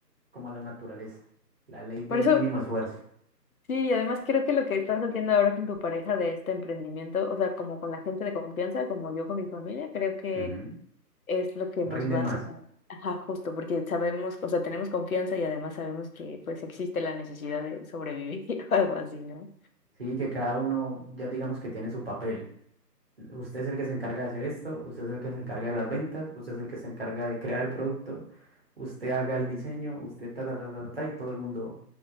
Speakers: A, on the right; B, on the left.
A: como la naturaleza, la ley del
B: Por eso
A: mínimo esfuerzo.
B: Sí, y además creo que lo que estás haciendo ahora con tu pareja de este emprendimiento, o sea, como con la gente de confianza, como yo con mi familia, creo que
A: Ujú,
B: es lo que nos
A: Rinde
B: va
A: más.
B: a sacar. Ajá, justo, porque sabemos, o sea, tenemos confianza y además sabemos que pues existe la necesidad de sobrevivir <laughs> o algo así, ¿no?
A: Sí, que cada uno ya digamos que tiene su papel. Usted es el que se encarga de hacer esto, usted es el que se encarga de las ventas, usted es el que se encarga de crear el producto, usted haga el diseño, usted ta, ta, ta, ta, ta, ta, y todo el mundo